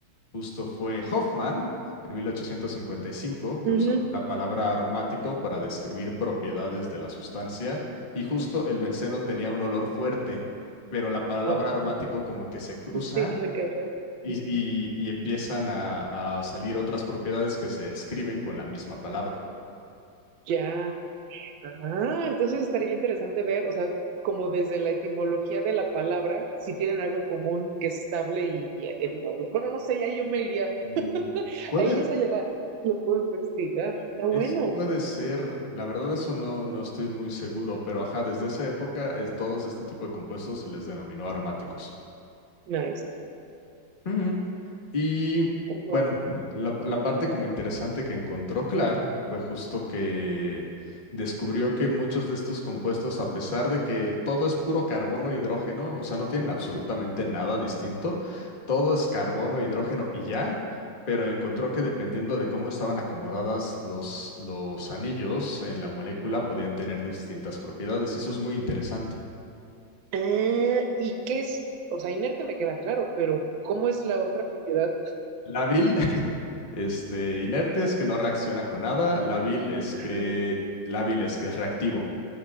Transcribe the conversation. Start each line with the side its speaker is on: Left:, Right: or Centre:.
Left: Justo fue Hoffman en 1855 que
Right: Ujú.
Left: usó la palabra aromático para describir propiedades de la sustancia y justo el benceno tenía un olor fuerte, pero la palabra
Right: Ok.
Left: aromático como que se cruza
Right: Tiene que ver.
Left: y,
Right: Ujú.
Left: y- y empiezan a, a salir otras propiedades que se escriben con la misma palabra.
Right: Ya. Ah, entonces estaría interesante ver, o sea, como desde la etimología de la palabra, si tienen algo en común que es estable y, y el- bueno, no sé, y ahí yo me iría,
Left: Mm, Puede,
Right: ahí esa ya la, lo puedo investigar. Está bueno,
Left: Eso puede ser, la verdad eso no, no estoy muy seguro, pero ajá, desde esa época es- todos este tipo de compuestos se les denominó aromáticos.
Right: nice.
Left: Ujú. Y
Right: Guau.
Left: bueno, la, la parte como interesante que encontró Clark fue justo que descubrió que muchos de estos compuestos, a pesar de que todo es puro carbono e hidrógeno, o sea, no tienen absolutamente nada distinto, todo es carbono, e hidrógeno y ya, pero encontró que dependiendo de cómo estaban acomodadas los, los anillos en la molécula, podían tener distintas propiedades y eso es muy interesante.
Right: Ah, ¿y qué es? O sea, inerte me queda claro, pero ¿cómo es la otra propiedad?
Left: La vi, Este, inerte es que no reacciona con nada. Lábil es que,
Right: Ajá,
Left: lábil es que es reactivo.